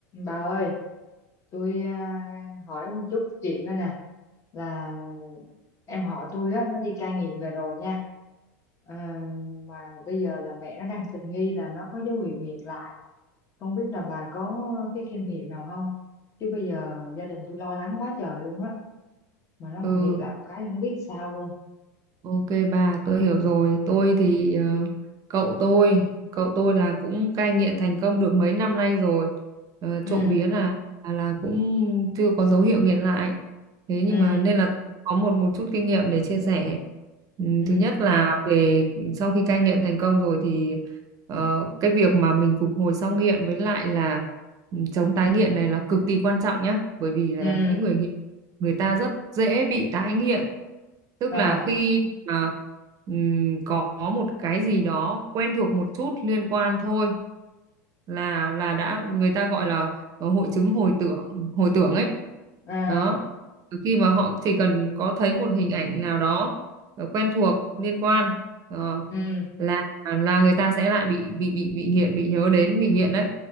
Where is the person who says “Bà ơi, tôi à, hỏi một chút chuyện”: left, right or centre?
Left